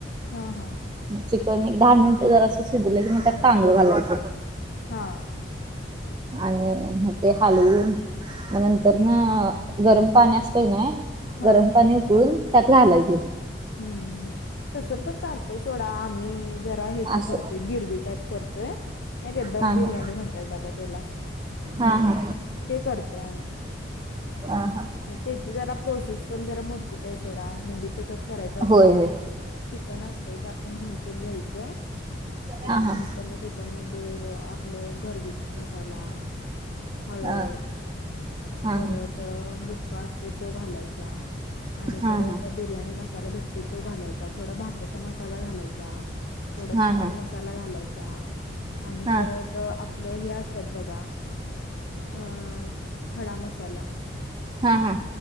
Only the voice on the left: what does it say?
हा हा
हा
हा
हूं तस पण चालतय सोडा आम्ही जरा ह्याच
करतोय गिरवी टाईप करतोय नाय का दम
बिर्याणी
म्हणतात बघा त्याला
ते करतोय
म त्याची जरा प्रोसेस पण जरा मोठीच हाय सोडा म्हणजे ते कस करायच असतय
चिकन असतय ते आपण धुन तेन घ्यायचं त्याच्यानं
तर नं त्याच्यामध्ये आपलं घरगुती मसाला, हळद
परत बुक्का असतय तो घालायचा आणि
परत
बिर्याणी मस साला भेटतोय तो घालायचा थोडा भाताचा मसाला घालाचा थोडा
चिकन
मस मसाला घालायचा आणि
परत आपलं हे असत्यात बघा अ खडा मसाला